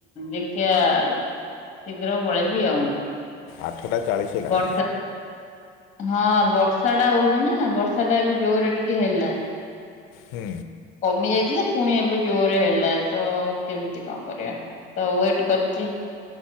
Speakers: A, on the left; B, on the left.
A: ଦେଖିିବା ଶୀଘ୍ର ବଳେଇବି ଆଉ।
B: ଆଠଟା ଚାଳିଶ ହେଲାଣି
A: ବର୍ଷା। ହଁ ବର୍ଷାଟା ହଉଛି ନା ବର୍ଷାଟା ଏବେ ଜୋରରେ ଟିକେ ହେଲା।
B: ହଁ।
A: କମି ଯାଇଥିଲା ପୁଣି ଏବେ ଜୋରରେ ହେଲା ତ କେମିତି କଣ କରିବା? ତ ୱେଟ କରିଛି।